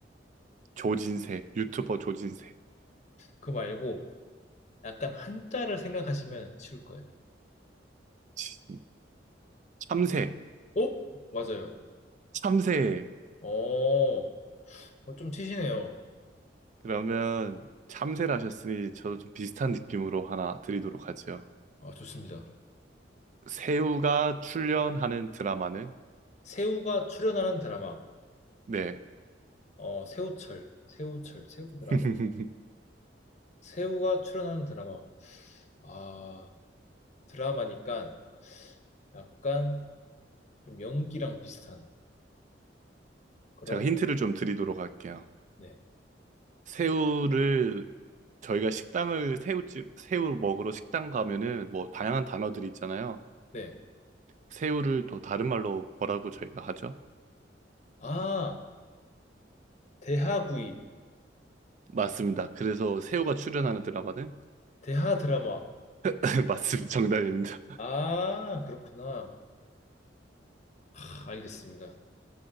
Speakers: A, on the right; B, on the left.
A: 조진새. 유튜버 조진새.
B: 그거 말고 약간 한자를 생각하시면 쉬울 거예요.
A: 진- 참새.
B: 어? 맞아요.
A: 참새.
B: 어, 어, 좀 치시네요.
A: 그러면 참새를 하셨으니 저도 좀 비슷한 느낌으로 하나 드리도록 하죠.
B: 아, 좋습니다.
A: 새우가 출연하는 드라마는?
B: 새우가 출연하는 드라마.
A: 네.
B: 어, 새우철, 새우철, 새우 드라마.
A: <laughs>
B: 새우가 출연하는 드라마. 아, 드라마니까 약간 좀 연기랑 비슷한 그런,
A: 제가 힌트를 좀 드리도록 할게요.
B: 네,
A: 새우를 저희가 식당을 새우집 새우 먹으러 식당 가면은 뭐 다양한 단어들이 있잖아요.
B: 네.
A: 새우를 또 다른 말로 뭐라고 저희가 하죠?
B: 아, 대하구이,
A: 맞습니다. 그래서 새우가 출연하는 드라마는
B: 대하 드라마.
A: <laughs> 맞습니다. 정답입니다.
B: 아, 그렇구나. 하, 알겠습니다.